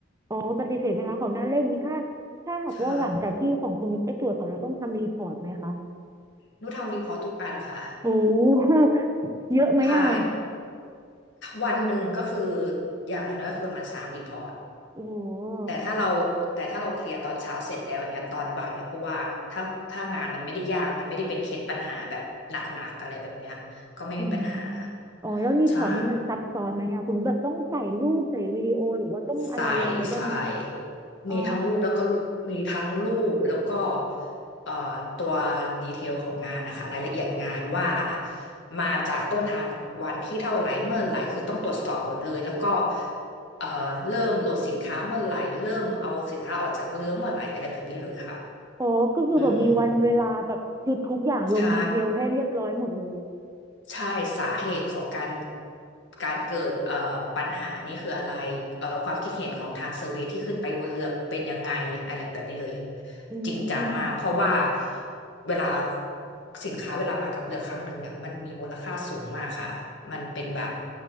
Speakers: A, on the right; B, on the left.
A: อ๋อปฏิเสธไม่รับของหน้าเลขนี้ถ้าถ้าหากว่าหลังจากที่ของคุณนุชไปตรวจสอบแล้วต้องทำรีพอร์ตไหมคะ
B: ใช่หนูทำรีพอร์ตทุกอันค่ะ
A: โอ้โหเยอะไหมอ่ะ
B: ใช่วันหนึ่งก็คืออย่างน้อยๆก็คือประมาณสามรีพอร์ต
A: โอ้โ
B: แต่ถ้าเราแต่ถ้าเราเคลียร์ตอนเช้าเสร็จแล้วอย่างเงี้ยตอนบ่ายเราก็ว่างถ้าถ้างานมันไม่ได้ยากมันไม่ได้เป็นเคสปัญหาแบบหนักๆอะไรแบบเนี้ยก็ไม่มีปัญหา
A: หอืมอ๋อแล้วรีพอร์ตนี้มันซับซ้อนไหมอ่ะคุณนุชแบบต้องใส่รูปใส่วิดีโอหรือว่าต้องอะไรยังไงบ้างไหม
B: ใช่ ใส่ใส่
A: อ๋อ
B: มีทั้งรูปแล้วก็มีทั้งรูปแล้วก็เอ่อตัวดีเทลของงานนะคะรายละเอียดงานว่ามาจากต้นทางวันที่เท่าไหร่เมื่อไหร่คือต้องตรวจสอบหมดเลยแล้วก็เอ่อเริ่มโหลดสินค้าเมื่อไหร่เริ่มเอาสินค้าออกจากเรือเมื่อไหร่อะไรแบบนี้เลยค่ะ
A: อ๋อก็คือแบบมีวันเวลาแบบคือทุกอย่างลงดีเทลให้เรียบร้อยหมดเลย
B: อืมใช่ ใช่สาเหตุของการการเกิดเอ่อปัญหานี่คืออะไรเอ่อความคิดเห็นของทางเซอร์เวย์ที่ขึ้นไปบนเรือเป็นยังไงอะไรแบบนี้เลย
A: อื
B: จริงจังมากเพราะว่า
A: ม
B: เวลาสินค้าเวลามากับเรือครั้งหนึ่งเนี่ยมันมีมูลค่าสูงมากค่ะมันเป็นแบบ